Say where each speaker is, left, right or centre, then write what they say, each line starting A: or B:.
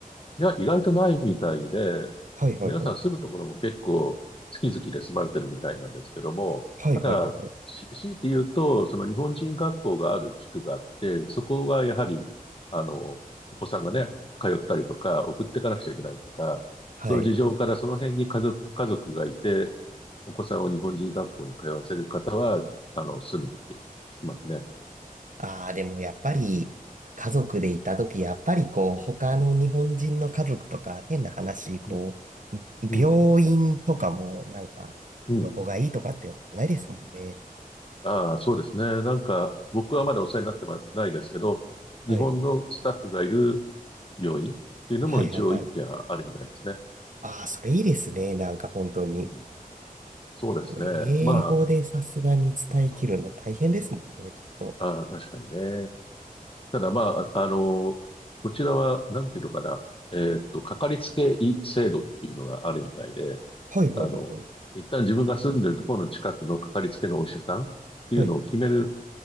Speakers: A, on the left; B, on the right.
A: いや、意外とないみたいで、
B: はいはいはい。
A: 皆さん住むところも結構好き好きで住まれてるみたいなんですけども、
B: はいはいはいはい。
A: ただ、し強いて言うと、その日本人学校がある地区があって、そこはやはり、あの、お子さんがね、通ったりとか、送っていかなくちゃいけないとか、
B: はい。
A: そういう事情からその辺に家族、家族がいて、お子さんを日本人学校に通わせる方は、あの、住むって聞きますね。
B: ああ、でもやっぱり家族で行った時、やっぱりこう他の日本人の家族とか変な話、
A: うん、
B: こう病院とかもなんかどこがいいとかってわかんないですもんね。
A: うん、うん。うんああ、そうですね。なんか、僕はまだお世話になってまないですけど、日本のスタッフがいる
B: はい。
A: 病院っていうのも一応一軒あるみたいですね。
B: はいはいはい。ああ、それいいですね。なんか本当に。
A: うん、そうですね。
B: でこう英語でさすがに伝えきるの大変ですもんね、
A: まあ、そうそう。
B: ちょっと。
A: ああ、確かにね。ただまあ、あの、こちらは、なんていうのかな。えーっと、かかりつけ医制度っていうのがあるみたいで、
B: はいはいはいはい。
A: あの、一旦自分が住んでるところの近くのかかりつけのお医者さんっていうのを決める
B: はい